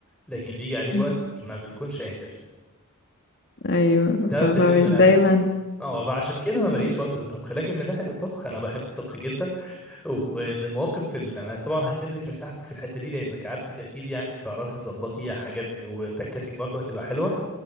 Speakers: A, in the centre; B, on the left (about 50°).
A: لكن بيجي عليك
B: مم.
A: وقت ما بتكونش قادر
B: ايوه
A: ده
B: ف...
A: بالنسبه
B: فمش
A: لها
B: دايما
A: اه فعشان كده
B: مم.
A: ما بلاقيش وقت للطبخ لكن من ناحيه الطبخ انا بحب الطبخ جدا ومن المواقف اللي انا طبعا هسيب لك مساحتك في الحته دي لانك عارفك اكيد يعني بتعرفي تظبطي حاجات وتكاتك برضه هتبقى حلوه